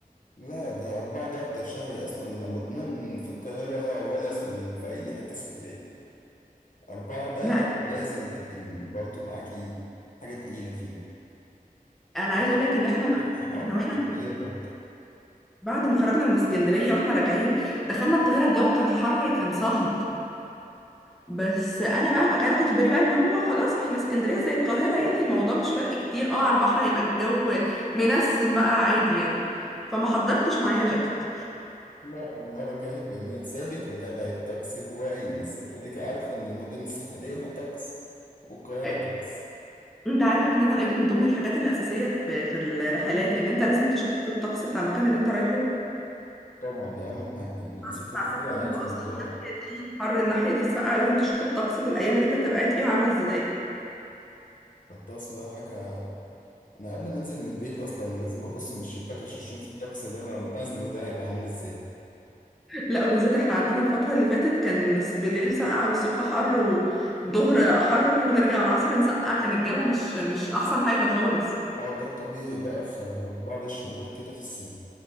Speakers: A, on the left; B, in the centre.
A: لا ده أربعة ده أكتر شهر أصلا لا مضمون في القاهرة ولا في, ال... في أي حتة ساحلية أربعة ده
B: لا
A: لازم تبقي م- برضو معاكي حاجة تقيلة فيه
B: انا
A: هو
B: عايز اقول لك ان احنا
A: الصبح حر
B: احنا واحنا
A: وبالليل
B: خارجين
A: برد
B: بعد ما خرجنا من اسكندريه واحنا راجعين دخلنا القاهره الجو كان حر كان صهد بس انا بقى انا كنت في بالي بقى ان هو خلاص ما احنا اسكندريه زي القاهره يعني الموضوع مش فرق كتير اه على البحر هيبقى الجو منسم بقى عادي يعني فما حضرتش معايا جاكيت
A: لا المرة الجاية بيعمل حسابك وتابعي الطقس كويس وخليكي عارفة إن المدن الساحلية هتطقس والقاهرة
B: أي.
A: طقس
B: انت عارف ان انا لقيت من ضمن الحاجات الاساسيه في في الرحلات ان انت لازم تشوف الطقس بتاع المكان اللي انت رايحه
A: طبعا دي أهم حاجة اللي بيسافر
B: عشان تعتمد
A: كتير
B: ان
A: عارف
B: هو
A: الموضوع
B: اصلا الناحيه
A: ده
B: دي حر الناحيه دي ساقعه لازم تشوف الطقس في الايام اللي انت هتبقى قاعد فيها عامله ازاي
A: الطقس ده حاجة أنا قبل ما أنزل من البيت أصلا لازم أبص من الشباك عشان أشوف الطقس اللي أنا نازله ده هيبقى عامل إزاي
B: لا وبالذات احنا عندنا الفترة اللي فاتت كان الس- بالليل سقعة والصبح حر والظهر حر ونرجع العصر نسقع كان الجو مش مش أحسن حاجة خالص
A: اه ده الطبيعي بقى في بعض الشهور كده في السنة